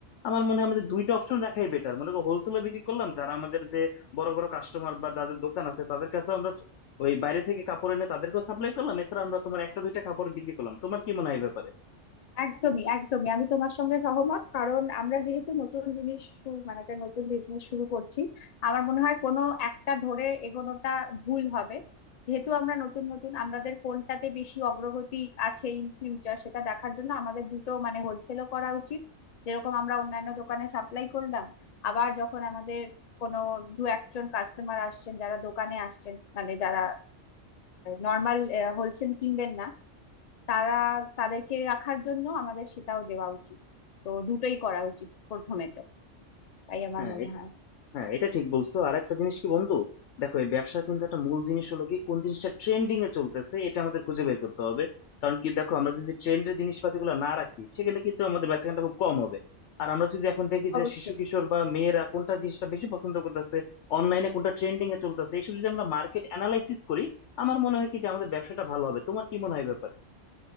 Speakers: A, on the left; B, on the left.
A: আমার মনে হয় আমাদের দুইটা অপশন রাখাই বেটার মনে করো হোলসেলও বিক্রি করলাম যারা আমাদের যে বড় বড় কাস্টমার বা যাদের দোকান আছে তাদের কাছে আমরা ওই বাইরে থেকে কাপড় এনে তাদেরকেও সাপ্লাই করলাম এছাড়া আমরা তোমার একটা দুইটা কাপড় বিক্রি করলাম তোমার কি মনে হয় এই ব্যাপারে
B: একদমই একদমই আমি তোমার সঙ্গে সহমত কারণ আমরা যেহেতু নতুন জিনিস শুরু মানে একটা নতুন বিজনেস শুরু করছি আমার মনে হয় কোনো একটা ধরে এগোনোটা ভুল হবে যেহেতু আমরা নতুন নতুন আমাদের কোনটাতে বেশি অগ্রগতি আছে ইন ফিউচার সেটা দেখার জন্য আমাদের দুটো মানে হোলসেলও করা উচিত যেরকম আমরা অন্যান্য দোকানে সাপ্লাই করলাম আবার যখন আমাদের কোনো দু একজন কাস্টমার আসছেন যারা দোকানে আসছেন মানে যারা নর্মাল হোলসেল কিনবেন না তারা তাদেরকে রাখার জন্য আমাদের সেটাও দেওয়া উচিত তো দুটোই করা উচিত প্রথমে তো তাই আমার
A: হ্যাঁ
B: মনে হয়
A: হ্যাঁ এটা ঠিক বলছো আর একটা জিনিস কি বন্ধু দেখো এই ব্যবসার কিন্তু একটা মূল জিনিস হলো কি কোন জিনিসটা ট্রেন্ডিং এ চলতেছে এটা আমাদের খুঁজে বের করতে হবে কারণ কি দেখো আমরা যদি ট্রেন্ডের জিনিসপাতি গুলো না রাখি সেখানে কিন্তু আমাদের বেচাকেনাটা খুব কম হবে আর আমরা যদি এখন দেখি যে
B: অবশ্যই
A: শিশু কিশোর বা মেয়েরা কোনটা জিনিসটা বেশি পছন্দ করতেছে অনলাইনে কোনটা ট্রেন্ডিং এ চলতেছে এইসব যদি আমরা মার্কেট অ্যানালাইসিস করি আমার মনে হয় কি যে আমাদের ব্যবসাটা ভালো হবে তোমার কি মনে হয় এই ব্যাপারে